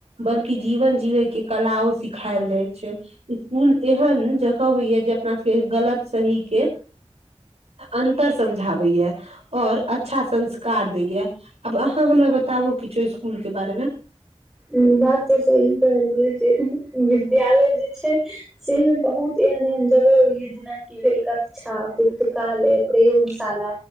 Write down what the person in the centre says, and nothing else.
हुॅं बात तऽ सही कहलियै जे विद्यालय जे छै। सेमे बहुत एहन एन जगह हइै जेनाकि हेलका शिक्षा पुस्तकालय प्रयोगशाला